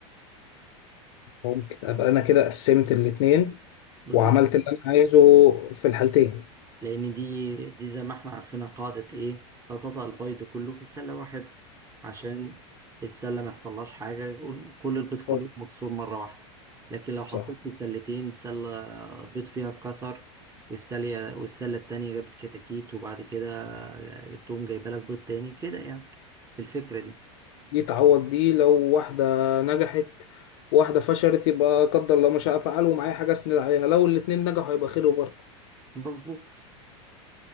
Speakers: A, on the left; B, on the right.
A: ممكن أبقى أنا كده قسمت الاتنين
B: بالظبط
A: وعملت اللي أنا عايزه في الحالتين
B: لأن دي دي زي ما احنا عارفينها قاعدة إيه لا تضع البيض كله في سلة واحدة عشان السلة ما يحصلهاش حاجة يقول كل البيض
A: ف-
B: كله مكسور مرة واحدة لكن لو حطيت
A: صح
B: في سلتين سلة بيض فيها اتكسر والسلة والسلة التانية جابت كتاكيت وبعد كده تقوم جايبة لك بيض تاني كده يعني بالفكرة دي
A: دي تعوض دي لو واحدة نجحت واحدة فشلت يبقى قدر الله ما شاء فعل ومعايا حاجة أسند عليها لو الاتنين نجحوا يبقى خير وبركة
B: مظبوط